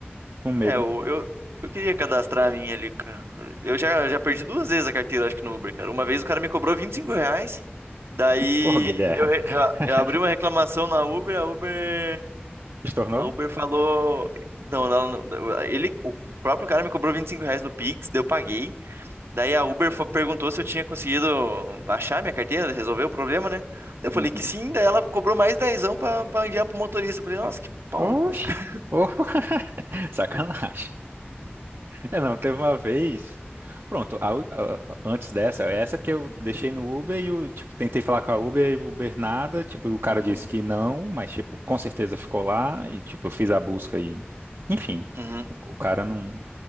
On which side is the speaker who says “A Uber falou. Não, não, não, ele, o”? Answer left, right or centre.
Right